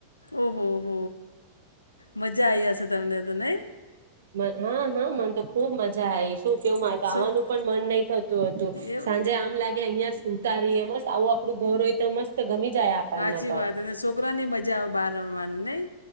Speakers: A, on the left; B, on the right.
A: ઓહોહ મજા આવી હશે તમને તો નહી.
B: હા હા મને તો ખુબ મજા આવીશ. કેવું આવાનું
A: શોક
B: પણ મન નહી થતું હતું,
A: એવું
B: સાંજે આમ લાગે અહિયાં ઉતારીએ મ આવું આપડું ઘઉર હોય તો મસ્ત ગમી જાય. આપણને
A: સાચી
B: તો
A: વાત અને છોકરા ની મજા આવે બાર રમવાની ન.